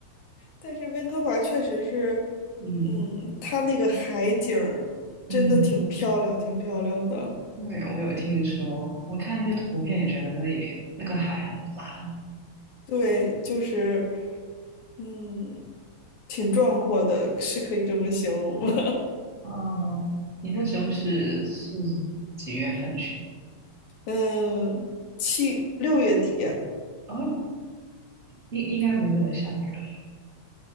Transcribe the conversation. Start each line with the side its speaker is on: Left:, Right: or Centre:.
Left: 但是温哥华确实是，
Right: <laughs> 嗯
Left: 嗯，它那个海景儿真的挺漂亮，
Right: 嗯，
Left: 挺漂亮的。
Right: 对，我有听说，我看那个图片也觉得那里那个海很蓝。
Left: 对，就是，嗯，挺壮阔的，是可以这么形容吗？
Right: 哦，你那时候是是几月份去？
Left: <laughs> 嗯，七六月底
Right: 啊，应应该没怎么下雨了。